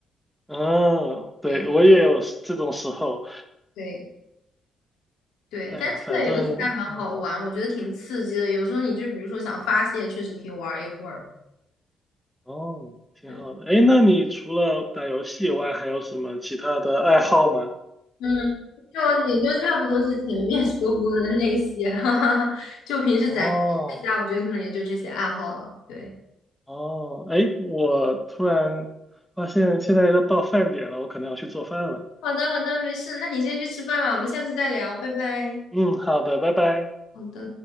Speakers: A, in the centre; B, on the left (about 80°).
A: 嗯，对，
B: <laughs>
A: 我也有这种时候，
B: 对对对，
A: 哎，
B: 但是这个游戏还蛮好玩，
A: 反正嗯
B: 我觉得挺刺激的。有时候你就比如说想发泄，确实可以玩一会儿。
A: 哦，挺好的。
B: 对，
A: 哎，那你除了打游戏以外，还有什么其他的爱好吗？
B: 嗯，就也就差不多是前面说过的那些，<laughs> 哈哈哈。就平时咱在家，
A: 哦。
B: 我觉得可能也就这些爱好了。对。
A: 哦，哎，我突然发现现在要到饭点了，我可能要去做饭了。
B: 好的，好的，没事，那你先去吃饭吧，我们下次再聊，拜拜。
A: 嗯，好的，拜拜。
B: 好的。